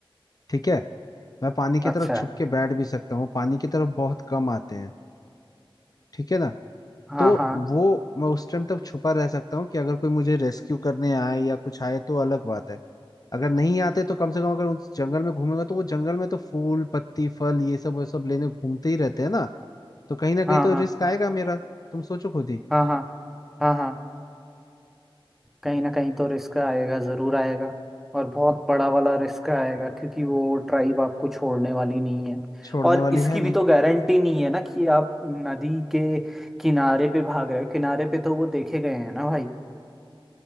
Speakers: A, on the left; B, in the centre.
A: ठीक है मैं पानी की
B: अच्छा
A: तरफ छुप
B: है।
A: के बैठ भी सकता हूँ वो पानी की तरफ बहुत कम आते हैं ठीक है ना
B: हाँ
A: तो
B: हाँ
A: वो मैं उस टाइम तक छुपा रह सकता हूँ कि अगर कोई मुझे रेस्क्यू करने आए या कुछ आए तो अलग बात है अगर नहीं आते तो कम से कम अगर उस जंगल में घूमेगा तो वो जंगल में तो फूल पत्ती फल ये सब वो सब लेने घूमते ही रहते हैं ना तो कहीं ना कहीं
B: हाँ
A: तो
B: हाँ
A: रिस्क आएगा मेरा तुम सोचो खुद ही
B: हाँ हाँ हाँ हाँ कहीं ना कहीं तो रिस्क आएगा ज़रूर आएगा और बहुत बड़ा वाला रिस्क आएगा क्योंकि वो ट्राइब आपको छोड़ने वाली नहीं है
A: छोड़ने
B: और
A: वाली
B: इसकी
A: है नहीं
B: भी तो गारंटी नहीं है ना कि आप नदी के किनारे पे भाग रहे हो किनारे पे तो वो देखे गए हैं ना भाई